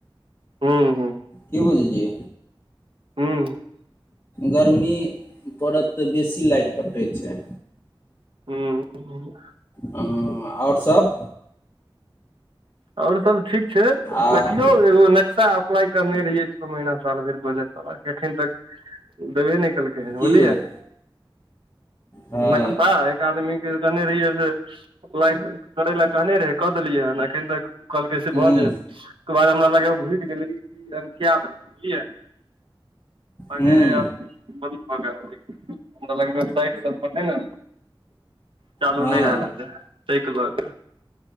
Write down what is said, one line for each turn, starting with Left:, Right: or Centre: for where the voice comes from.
Right: हूं हूं
Left: की बुझलियै
Right: हूँ
Left: गर्मी पड़त तऽ बेसी लाइट कटै छै
Right: हूं
Left: हाँ आऔर सभ
Right: आओर सभ ठीक छै
Left: आ
Right: देखियौ एगो नक्शा अप्लाइ करने रहियै छओ महिना साल भरि पहले साला एखन तक। देबे नहि कलकै हैं
Left: की
Right: बूलियै
Left: भेल हँ
Right: नक्शा एक आदमी क कहने रहियै जे अप्लाइ करै लए कहने रहै क देलियै हन एखन तक कहलके से
Left: हूँ
Right: भऽ जेयत ओकर बाद हमरा लागऐ घुरि गेलै किए किया। हगे
Left: हूँ
Right: अब बंद भगेल होबहि हमरा लगलै पाइप सभ अखै ने चालू
Left: हँ
Right: नहि भेल हतै तइके लऽ क